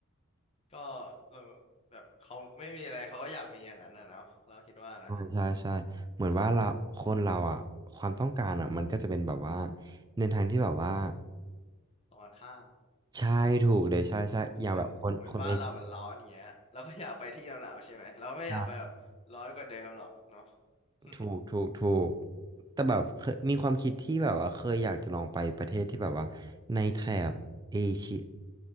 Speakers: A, on the left; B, on the right.
A: ก็เออแบบเขาไม่มีอะไรเขาก็อยากมีอย่างนั้นน่ะเนาะเราคิดว่านะ
B: ใช่ใช่ใช่เหมือนว่าเราคนเราอ่ะความต้องการอ่ะมันก็จะเป็นแบบว่าในทางที่แบบว่า
A: ตรงกันข้าม
B: ใช่ถูกเลยใช่ใช่อย่างแบบคนคนเอเช
A: เหมือนเหมือนบ้านเรามันร้อนอย่างเงี้ยเราก็อยากไปที่หนาวๆใช่ไหมเราไม่อยากไปแบบร้อนกว่าเดิมหรอกเนาะ
B: ีย
A: <laughs>
B: ถูกถูกถูกแต่แบบเคยมีความคิดที่แบบว่าเคยอยากจะลองไปประเทศที่แบบว่าในแถบเอเชีย